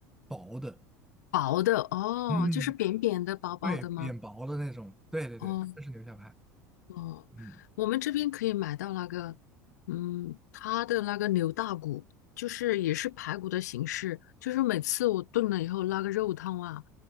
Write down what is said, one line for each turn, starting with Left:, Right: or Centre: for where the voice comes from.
Centre: 薄的，
Left: 薄的哦，
Centre: 嗯，
Left: 就是扁扁的、薄薄的吗？
Centre: 对，扁薄的那种，对对对，
Left: 哦
Centre: 这是牛小排，
Left: 哦，
Centre: 嗯，
Left: 我们这边可以买到那个，嗯，它的那个牛大骨，就是也是排骨的形式，就是每次我炖了以后，那个肉汤啊，